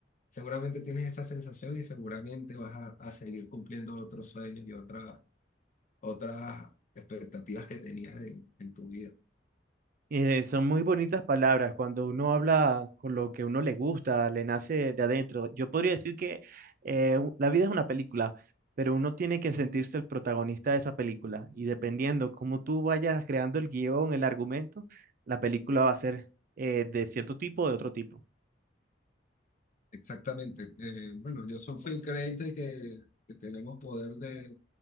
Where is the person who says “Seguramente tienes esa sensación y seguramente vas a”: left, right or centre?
Left